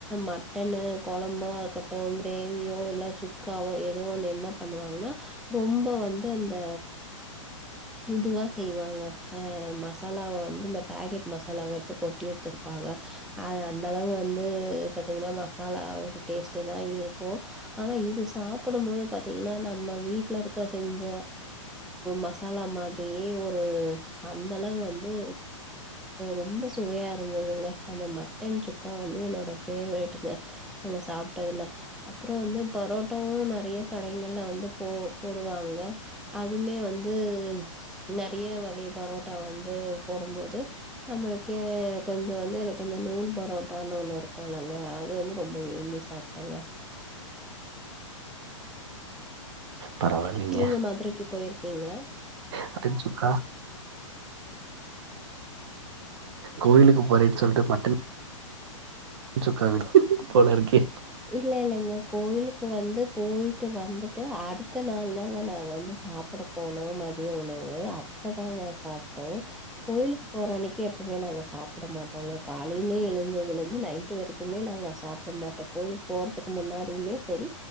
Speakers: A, in the centre; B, on the right.
A: மட்டனு கொழம்பா இருக்கட்டும் கிரேவியோ இல்ல சுக்காவோ ஏதோ என்ன பண்ணுவாங்கன்னா ரொம்ப வந்து அந்த இதுவா செய்வாங்க அஹ மசாலாவ வந்து இந்த பாக்கெட் மசாலாவ எடுத்து கொட்டி வச்சிருப்பாங்க ஹ அந்த அளவு வந்து பாத்தீங்கன்னா மச மசாலா ஒரு டேஸ்ட்டு தா இருக்கும் ஆனா இது சாப்டும் போது பார்த்தீங்கன்னா நம்ம வீட்டில் இருக்க செஞ்ச மசாலா மாதிரியே ஒரு அந்தளவு வந்து ரொம்ப சுவையா இருந்ததுங்க அந்த மட்டன் சுக்கா வந்து என்னோட ஃபேவரேட்டுங்க அங்க சாப்ட்டதுல அப்புறம் வந்து பரோட்டாவும் நெறைய கடைங்கள்ல வந்து போ போடுவாங்க அதுமே வந்து நெறைய வகை பரோட்டா வந்து போடும்போது நம்மளுக்கே கொஞ்சம் வந்து எனக்கு இந்த நூல் பரோட்டான்னு ஒண்ணு இருக்கும் இல்லங்க அது வந்து ரொம்ப விரும்பி சாப்ட்டேங்க
B: பரவாயில்லைங்க
A: நீங்க மதுரைக்கு போயிருக்கீ ஓகேங்களா
B: மட்டன் சுக்கா கோவிலுக்கு போறேன்னு சொல்லிட்டு மட்டன் சுக்கா வெளுத்துட்டீங்க போல இருக்கே
A: இல்ல இல்லங்க கோயிலுக்கு வந்து போயிட்டு வந்துட்டு அடுத்த நாள் தாங்க நாங்க வந்து சாப்பட போனோம் மதிய உணவு அப்பதாங்க சாப்பிட்டோம் கோயிலுக்கு போறன்னைக்கு எப்பமே நாங்க சாப்ட மாட்டோங்க காலையில எழுந்ததுலேந்து நைட்டு வரைக்குமே நாங்கள் சாப்ட மாட்டோம் கா கோயிலுக்கு போறதுக்கு முன்னாடியுமே செரி